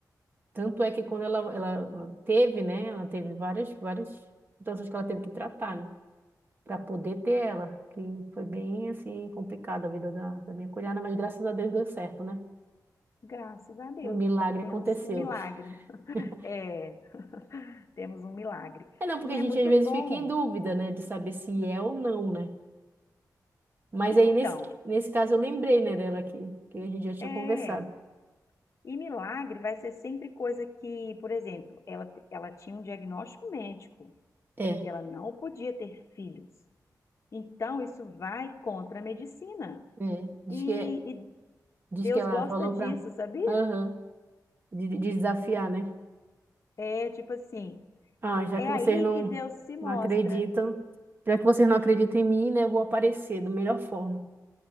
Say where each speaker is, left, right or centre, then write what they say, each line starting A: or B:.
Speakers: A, on the right (about 30°); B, on the left (about 45°).
A: tanto é que quando ela, ela teve, né? Ela teve várias, várias situações que ela teve que tratar, né? Para poder ter ela, que foi bem, assim, complicada a vida da, da minha cunhada, mas graças a Deus deu certo, né?
B: Graças a Deus.
A: O milagre
B: Então temos
A: aconteceu.
B: um milagre.
A: <laughs>
B: É, <laughs> temos um milagre.
A: É não, porque
B: E
A: a
B: é
A: gente
B: muito
A: às vezes
B: bom.
A: fica em dúvida, né, de saber se é ou não, né? Mas
B: Então,
A: aí nesse, nesse caso eu lembrei, né, dela aqui, que que a gente já tinha
B: é.
A: conversado.
B: E milagre vai ser sempre coisa que, por exemplo, ela, ela tinha um diagnóstico médico
A: É.
B: e ela não podia ter filhos. Então, isso vai contra a medicina.
A: É, diz
B: E,
A: que,
B: e
A: diz
B: Deus
A: que ela
B: gosta
A: falou
B: disso,
A: pra.
B: sabia?
A: Aham, de, de desafiar, né?
B: É tipo assim,
A: Ah, já
B: É
A: que
B: aí
A: vocês não,
B: que Deus se mostra.
A: não acreditam, já que vocês não acreditam em mim, né, eu vou aparecer da melhor forma.